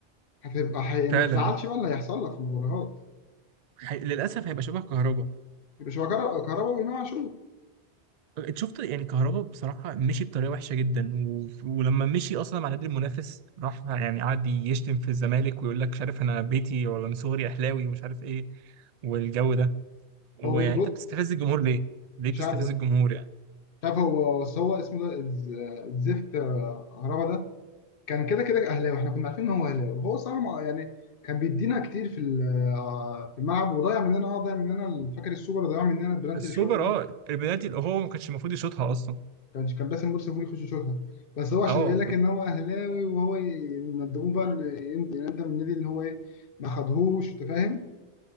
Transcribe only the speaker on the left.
هتبقى حي... ما
تزعلش بقى اللي هيحصل لك في المدرجات
مش هو كهرباء كهرباء وامام عاشور
هو
بي- بص
مش
عارف
شايف هو بس هو اسمه ده الز- الزفت آه، هربا ده كان كده كده اهلاوي احنا كنا عارفين ان هو اهلاوي وهو صراحه ما- يعني كان بيدينا كتير في ال- آه، في الملعب وضيع مننا اه ضيع مننا فاكر السوبر ضيع مننا البلانتي
اللي شاطه ده
كان كان باسم مرسي المفروض يخش يشوطها بس هو عشان
يبين لك ان هو اهلاوي وهو يندموه بقى ال- يند- يندم النادي اللي هو ايه ما خدهوش انت فاهم